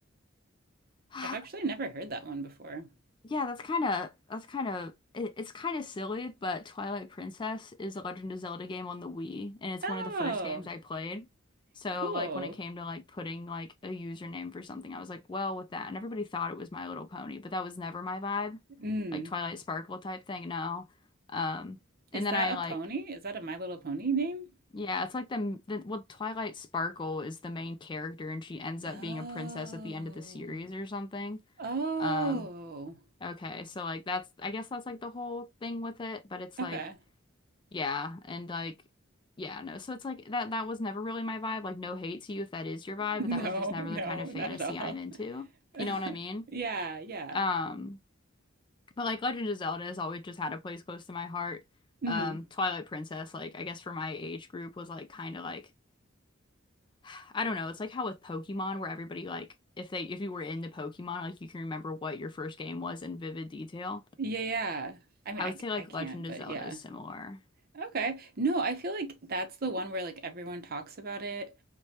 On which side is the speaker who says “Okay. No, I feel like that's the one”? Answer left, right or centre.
Right